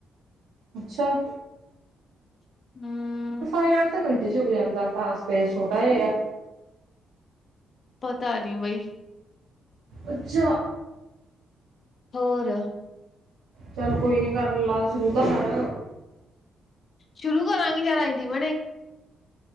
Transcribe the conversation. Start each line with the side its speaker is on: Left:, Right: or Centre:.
Right: ਅੱਛਾ
Left: ਹਮ
Right: ਪ੍ਰਫ਼ਾਇਲ ਆਲਾ ਤਾਂ ਮਿੰਟ ਜੇ ਜੁਕ ਜਾਂਦਾ ਟਾਸਕ ਏ ਛੋਟਾ ਹੇ ਯਾ।
Left: ਪਤਾ ਨਹੀਂ ਬਈ।
Right: ਅੱਛਾ।
Left: ਹੋਰ
Right: ਚੱਲ ਕੋਈ ਨੀ ਕਰ ਲਾ ਸ਼ੁਰੂ ਤਾਂ ਕਰ
Left: ਸ਼ੁਰੂ ਕਰਾਂਗੇ ਯਾਰ ਆਈ ਡੀ <unintelligible>